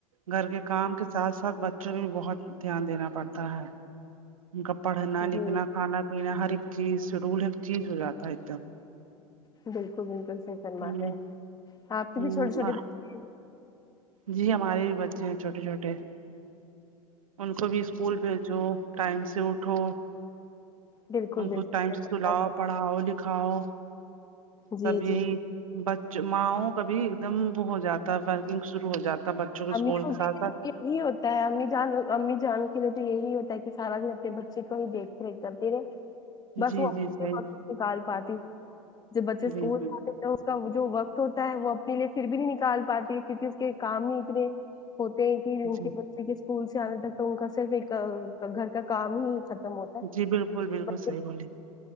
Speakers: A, on the right (about 75°); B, on the left (about 20°).
A: گھر کے کام کے ساتھ ساتھ بچوں کو بھی بہت دھیان دینا پڑتا ہے ان کا پڑھنا
B: جی
A: لکھنا کھانا پینا ہر ایک چیز شیڈول ہر چیز ہو جاتا ہے ایک دم
B: بالکل بالکل سہی فر
A: دم
B: مار رہے ہیں آپ کے
A: ہ
B: بھی چھوٹے چھوٹے
A: ہ
B: بچے ہیں۔
A: جی ہمارے بھی بچے ہیں چھوٹے چھوٹے ان کو بھی اسکول بھیجو ٹائم سے اٹھو
B: بالکل
A: ان
B: بالکل
A: کو ٹائم
B: صحیح
A: سے سلاؤ
B: فرما
A: پڑھاؤ لکھاؤ
B: جی
A: سب یہی
B: جی
A: بچ ماں کا بھی ایک دم وہ ہو جاتا ہے ورکن شروع ہو جاتا بچوں کے
B: امیوں
A: اسکول کے ساتھ
B: لیے
A: ساتھ
B: تو یہی ہوتا ہے امی جان امی جانوں کے لیے تو یہی ہوتا ہے کہ سارا دن اپنے بچے کو ہی دیکھ کرتی رہے بس
A: جی
B: وہ اپنے
A: جی صحیح
B: وقت نکال پاتی جب بچے اسکول
A: جی جی
B: جاتے اس کا جو وقت ہوتا ہے وہ اپنے لیے پھر بھی نہیں نکال پاتی ہے کیونکہ اس کے کام ہی اتنے ہوتے ہیں کہ وہ
A: جی
B: جن کے بچ اسکول سے آنے تک تو ان کا صرف ایک گھر کا کام ہی ختم ہوتا ہے
A: جی بالکل بالکل
B: بچے
A: صحیح بولییں